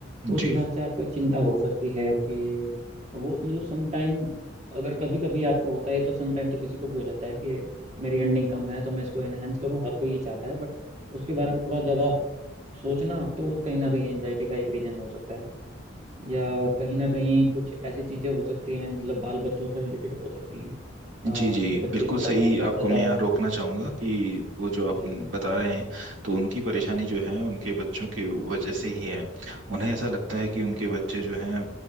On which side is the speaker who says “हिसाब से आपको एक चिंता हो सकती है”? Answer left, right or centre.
Right